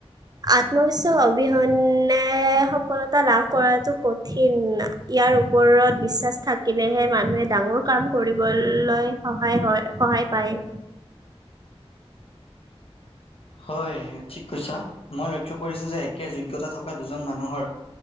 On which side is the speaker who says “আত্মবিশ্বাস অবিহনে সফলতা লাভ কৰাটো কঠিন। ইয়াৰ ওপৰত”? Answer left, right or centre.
Right